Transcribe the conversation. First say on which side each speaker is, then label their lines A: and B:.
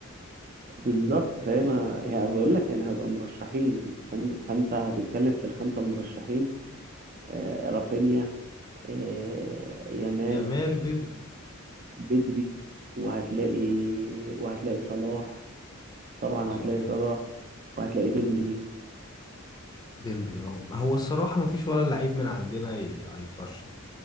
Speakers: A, on the right; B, on the left.
A: بالضبط، فهي ما هي باقول لك يعني هيبقى مرشحين، فأن فأنت هتتكلم في ال5 مرشحين آآ رافينيا، آآ يامال،
B: يامال بدري
A: بدري، وهتلاقي وهتلاقي صلاح، طبعًا
B: وصل
A: هتلاقي صلاح، وهتلاقي ديمبلي،
B: امم ديمبلي اه هو الصراحة ما فيش ولا لعيب من عندنا ي- هيترشح